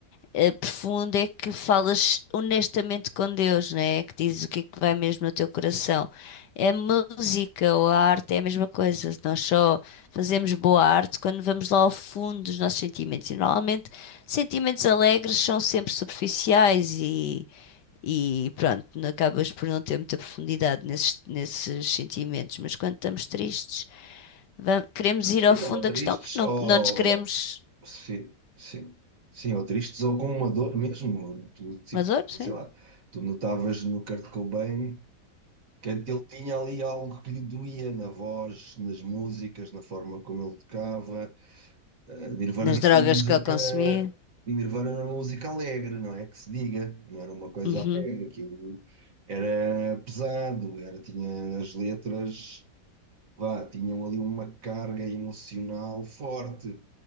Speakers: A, on the left; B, on the right.
A: eh, profundo é que falas honestamente com Deus, né? É Que dizes o que é que vai mesmo no teu coração. É A música ou a arte é a mesma coisa. Nós só fazemos boa arte quando vamos lá ao fundo dos nossos sentimentos. E normalmente sentimentos alegres são sempre superficiais e, e pronto, não- acabas por não ter muita profundidade nesses, nesses sentimentos. Mas quando estamos tristes, va- queremos ir ao
B: Sim,
A: fundo
B: ou
A: da
B: tristes,
A: questão porque não,
B: ou.
A: não nos queremos.
B: Sim, sim. Sim, ou tristes, ou com uma dor mesmo. Tu, tipo,
A: Maduro, sim.
B: sei lá, tu notavas no Kurt Cobain que ele tinha ali algo que lhe doía na voz, nas músicas, na forma como ele tocava Eh, Nirvana
A: Nas
B: era
A: drogas
B: uma música,
A: que eu consumi.
B: Nirvana era uma música alegre, não é que se diga, não era uma coisa
A: Uhum,
B: alegre, aquilo era pesado, era, tinha as letras, vá, tinham ali uma carga emocional forte,